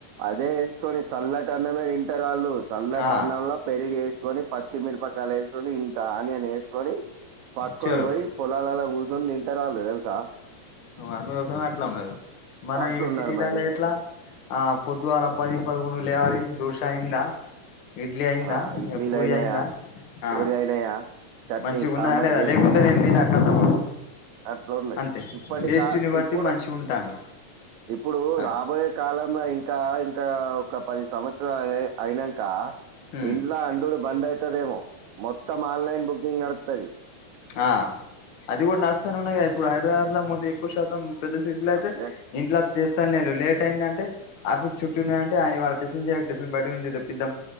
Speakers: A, on the right (about 90°); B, on the left (about 65°).
A: అదే వేసుకొని చల్లటన్నమే తింటరు వాళ్ళు సల్లటన్నంలో
B: ఆ
A: పెరిగేసుకొని వేసుకొని పచ్చిమిరపకాయలు వేసుకొని ఇక ఆనియన్ వేసుకొని పట్టుకొని
B: చలో
A: పోయి పొలాలలా కూర్చొని తింటరు వాళ్ళు తెలుసా
B: అందుకోసం అట్లా ఉన్నారు మన
A: అట్లున్నారు
B: ఈ సిటీలలో
A: మరి
B: ఎట్లా ఆ పొద్దు అలా పది పదకొడు లేవాలి దోషాయంద ఇడ్లీ అయిందా
A: ఆ ఇడ్లీలు
B: పూరి
A: అయినాయా
B: అయిందా ఆ
A: పూరి అయినాయా చట్నీ
B: మంచిగా
A: సాంబార్
B: ఉన్నాద లేదా లేకుంటే నేను తిన కతం
A: అట్ల ఉంది
B: అంతే
A: ఇప్పటి
B: టేస్ట్ని
A: కా
B: బట్టి
A: ఇప్పుడు
B: మనిషి ఉంటాండు
A: ఇప్పుడు
B: ఆ
A: రాబోయే కాలంలో ఇంకా ఇంకా ఒక పది సంవత్సరాలు అయినాక
B: ఉమ్
A: ఇంట్లో అండుడు బంద్ అయితదేమో మొత్తం ఆన్లైన్ బుకింగ్ నడుతది
B: ఆ అది కూడా నర్సనే ఉన్నాయి కదా ఇప్పుడు హైదరాబాద్ లో మొద ఎక్కువ శాతం పెద్ద సిటీలో అయితే
A: అదే
B: ఇంట్లో చేస్తానులేదు లేట్ అయిందంటే ఆఫీస్ చుట్టూ ఉన్నాయ అంటే ఇవాళ టిఫిన్ చెయ్యకు టిఫిన్ బట్టి నుంచి తెప్పిద్దాం